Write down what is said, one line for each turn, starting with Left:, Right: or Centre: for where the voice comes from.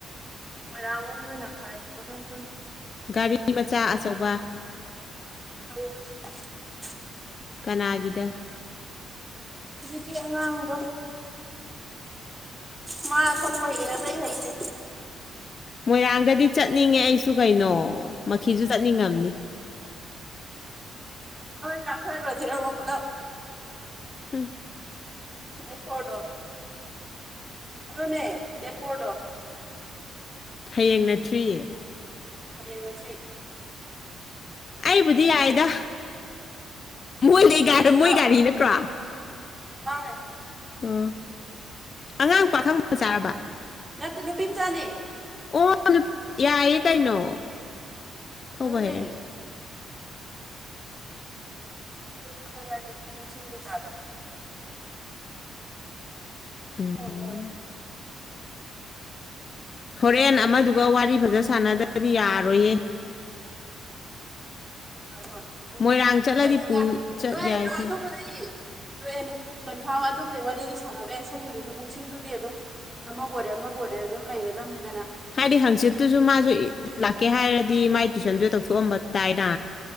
Right: ꯑꯣꯔꯉꯣꯟꯅ ꯈꯥꯏꯦꯊꯣꯟ
Left: ꯒꯥꯔꯤ ꯃꯆꯥ ꯑꯆꯧꯕ
Right: <inaudible>
Left: ꯀꯅꯥꯒꯗ
Right: ꯍꯧꯖꯤꯛꯀꯤ ꯑꯉꯥꯡꯗ ꯃꯥ ꯊꯧꯕ ꯍꯌꯦ ꯑꯇꯩ ꯍꯩꯇꯦ
Left: ꯃꯣꯏꯔꯥꯡꯗꯗꯤ ꯆꯠꯅꯤꯡꯉꯦ ꯑꯩꯁꯨ ꯀꯩꯅꯣ ꯃꯈꯤꯁꯨ ꯆꯠꯅꯤꯡꯉꯝꯅꯤ <inaudible>
Right: ꯀꯄ ꯔꯖꯔꯦꯣ ꯄꯨꯂꯞ
Left: ꯎꯝ
Right: ꯗꯦꯁ ꯐꯣꯣ ꯑꯗꯨꯅꯦ ꯗꯦꯠ ꯐꯣꯣ
Left: ꯍꯌꯦꯡ ꯅꯠꯇ꯭ꯔꯤꯌꯦ
Right: ꯑꯩ ꯃꯆꯦ
Left: ꯑꯩꯕꯨꯗꯤ ꯌꯥꯏꯗ ꯃꯣꯂꯗ
Right: ꯆꯠꯁꯤꯔꯣ
Left: ꯃꯣꯏꯒꯥꯔꯤ ꯅꯠꯇ꯭ꯔꯣ
Right: ꯃꯥꯅꯦ
Left: ꯎꯝ ꯑꯉꯥꯡ ꯄꯥꯈꯪꯕ ꯆꯥꯔꯕ
Right: ꯅ ꯅꯨ ꯄꯝꯖꯅꯤ
Left: ꯑꯣ ꯌꯥꯏꯌꯦ ꯀꯩꯅꯣ ꯊꯧꯕ
Right: ꯑꯗꯨꯅꯦ
Left: ꯍꯥꯏꯔꯒꯦ
Right: ꯐꯖꯁꯤꯖꯗꯣ
Left: ꯎꯝ
Right: ꯑꯣ ꯋꯥ
Left: ꯍꯣꯔꯦꯟ ꯑꯃꯗꯨꯒ ꯋꯥꯔꯤ ꯐꯖ ꯁꯥꯟꯅꯗꯕꯗꯤ ꯌꯥꯔꯣꯏꯍꯦ
Right: ꯍꯣꯏ ꯍꯣꯏ
Left: ꯃꯣꯏꯔꯥꯡ ꯆꯠꯂꯗꯤ
Right: ꯐ
Left: ꯄꯨ ꯆꯠ
Right: ꯅ ꯅ
Left: ꯌꯥꯏ
Right: ꯅ
Left: ꯑꯩꯈꯣꯏ
Right: ꯑꯗꯨ ꯐ ꯂꯣꯛꯑꯦꯅꯤ ꯀꯟ ꯐꯥꯝ ꯑꯗꯨꯕꯨꯗꯤ ꯋꯥꯔꯤꯗꯤ ꯁꯥꯟꯅꯕ ꯌꯥꯏ ꯁꯣꯝꯒꯤꯗꯨꯁꯨ ꯄꯨꯡꯁꯤꯡꯗꯨꯗꯤ ꯑꯗꯨꯝ ꯑꯃꯕꯨ ꯑꯣꯏꯔꯦ ꯑꯃꯕꯨ ꯑꯗꯨꯝ ꯂꯩꯝ
Left: ꯍꯥꯏꯗꯤ ꯍꯪꯆꯤꯠꯇꯨꯁꯨ ꯃꯥꯁꯨ ꯂꯥꯛꯀꯦ ꯍꯥꯏꯔꯗꯤ ꯃꯥꯏ ꯇꯨꯏꯁꯟꯗꯨ ꯇꯛꯊꯣꯛꯑꯝꯕ ꯇꯥꯏꯅ